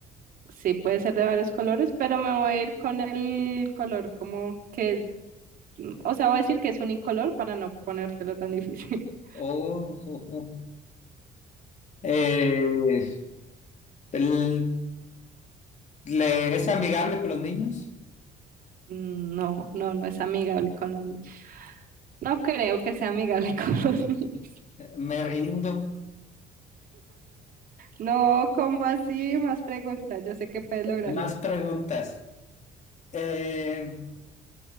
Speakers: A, on the right; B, on the left.
A: Sí, puede ser de varios colores, pero me voy a ir con el color como que es O sea, voy a decir que es unicolor para no ponértelo tan difícil. <laughs>
B: Oh, <laughs> oh, oh. Eh, el- le, ¿es amigable con los niños?
A: No, no, no es amigable con los niños. No creo que sea amigable <laughs> con los niños.
B: Eh, Me rindo.
A: No, ¿cómo así? Más preguntas. Yo sé que puedes lograrlo.
B: Más preguntas. Eh,